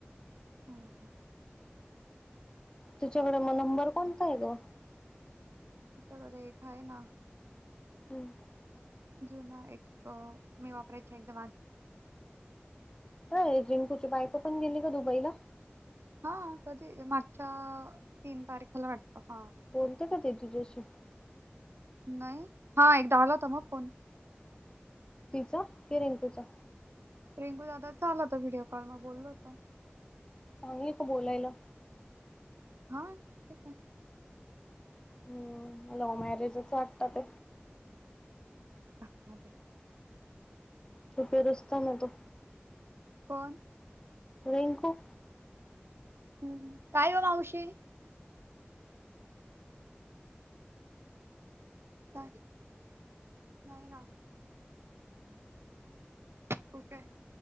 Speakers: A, on the right; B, on the left.
A: हा हा
B: तिच्याकडे मग नंबर कोणता आहे ग?
A: तिच्याकडे एक आहे ना.
B: हम्म
A: जुना एक मी वापरायच्या एकदम आ
B: होय रिंकूची बायको पण गेली का दुबईला?
A: हा कधी मागच्या तीन तारखेला वाटतं हां.
B: बोलते का ती तुझ्याशी?
A: नाही हा एकदा आला होता मा फोन
B: तिचा की रिंकुचा
A: रिंकू दादाचा आला होता व्हिडीओकॉल मी बोललो होतो.
B: चांगली का बोलायला?
A: हा‌. ठीक आहे.
B: हम्‌ लव्ह मॅरेजच वाटतात.
A: हां. ह.
B: छुपे रुस्तम आहे तो.
A: कोण?
B: रिंकू.
A: हम्म‌. काय ओ मावशी काय. नाही ना. कुठे आहे.